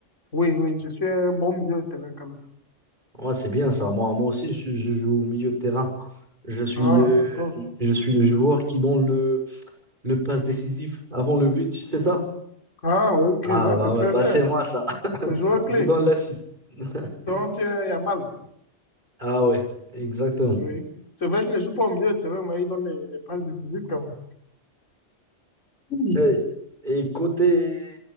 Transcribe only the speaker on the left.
oui, oui, je suis un bon milieu de terrain quand même.
Ah,
d'accord.
Ah, ok,
ça
c'est très
bien.
Le joueur clé.
Donc, tu es Yamal.
Oui. C'est vrai qu'il ne joue pas au milieu de terrain, mais il donne des des passes décisives comme. Oui.